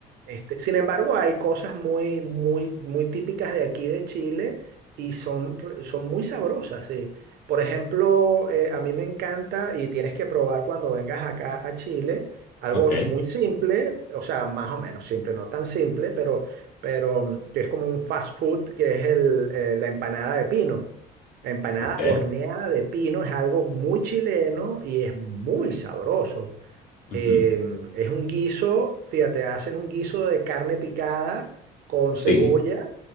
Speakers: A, on the right (about 70°); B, on the left (about 55°).
A: Este, sin embargo, hay cosas muy, muy, muy típicas de aquí de Chile y son, re- son muy sabrosas, sí. Por ejemplo, eh, a mí me encanta y tienes que probar cuando vengas acá a Chile algo
B: Ok.
A: muy simple, o sea, más o menos simple, no tan simple, pero, pero mm, que es como un fast food, que es el, eh, la empanada de pino. La empanada
B: Ok.
A: horneada de pino es algo muy chileno y es muy sabroso.
B: ujú,
A: Em, es un guiso, fíjate, hacen un guiso de carne picada con cebolla
B: Sí.